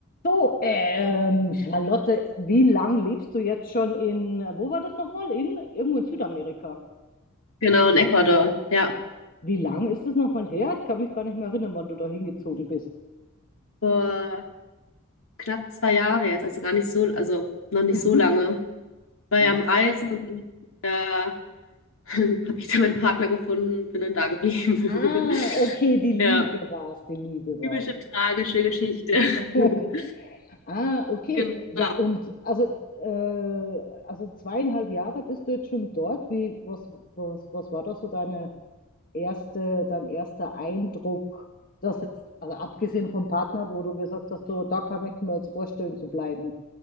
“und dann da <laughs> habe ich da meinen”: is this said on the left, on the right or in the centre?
Left